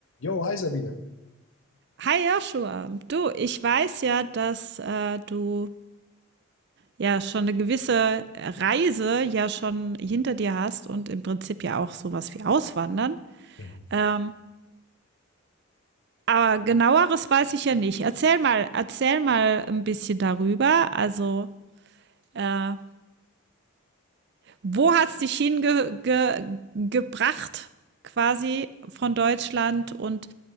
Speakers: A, on the left; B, on the right.
A: Jo, hi Sabine.
B: Hi Joshua, du, ich weiß ja, dass äh, du ja schon eine gewisse Reise ja schon hinter dir hast und im Prinzip ja auch sowas wie Auswandern.
A: Mhm.
B: Ähm, aber genaueres weiß ich ja nicht. Erzähl mal, erzähl mal ein bisschen darüber. Also, äh, Wo hat's dich hinge ge gebracht quasi von Deutschland? Und